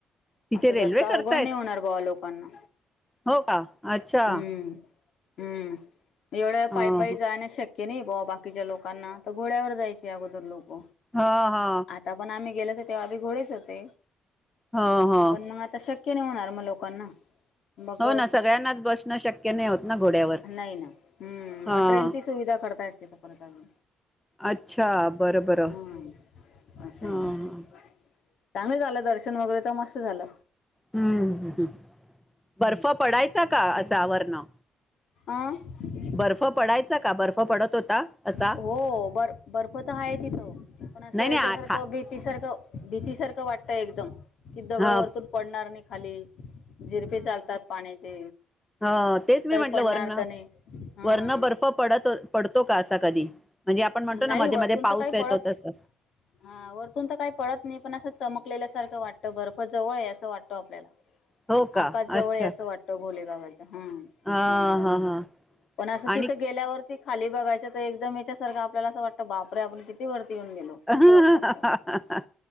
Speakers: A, in the centre; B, on the left.
A: तिथे
B: <inaudible> असं
A: रेल्वे
B: जास्त अवघड
A: करतायत
B: नाही होणार बाव लोकांना
A: हो का अच्छा
B: हम्म. हम्म एवढं
A: ह
B: पायी, पायी जाण शक्य नाही बा बाकीच्या लोकांना. तर घोड्यावर जायचे अगोदर लोक
A: हा, हा.
B: आता पण आम्ही गेलो होतो तेव्हा बी घोडेच होते
A: ह ह
B: पण मग आता शक्य की नाही होणार मग लोकांना मग
A: हो ना सगळ्यांनाच बसणं शक्य नाही होत ना घोड्यावर
B: नाही ना ह
A: हा
B: मग ट्रेनची सुविधा करता येतका? परत आणून
A: अच्छा, बरं, बरं,
B: हम्म असं
A: हा,
B: आहे.
A: हा.
B: चांगलं झालं दर्शन वगैरे तर मस्त झाल.
A: हम्म, बर्फ पडायचा का असा वरण?
B: आं..
A: बर्फ पडायचा का बर्फ पडत होता? असा
B: हो बर्फ, बर्फ तर आहेच इथ पण असं
A: नाही नाही
B: याच्यासारखं
A: आ खा
B: भीती सारख भीती सारखं वाटतय एकदम कि दगड
A: ह
B: वरतून पडणार नाही खाले झिरपे चालतात पाण्याचे.
A: हा तेच मी
B: काही
A: म्हटलं
B: पडणार
A: वर्ण,
B: तर नाही हा
A: वर्ण बर्फ पडत, पडतो का असा कधी म्हणजे आपण म्हणतो
B: नाही
A: ना मध्ये,
B: वरतून
A: मध्ये पाऊस
B: तर काही
A: येतो
B: पडत
A: तस?
B: हा. वरतून तर काही पळत नाही पण असं चमकलेल्यासारखं वाटतं बर्फ जवळ आहे असं वाटतो आपल्याला
A: हो का
B: आकाश जवळ
A: अच्छा
B: आहे असं वाटतं भोलेबाबाच्या हम्म.
A: हा
B: मंदिरात
A: हा हा
B: पण असं
A: आणि
B: तिथं गेल्यावर खाली बघायच तर एकदम याच्यासारखं आपल्याला असं वाटतं बापर आपण किती वरती येऊन गेलो.
A: ह,
B: असं
A: हा,
B: वाटतं आपल्याला
A: हा, हा,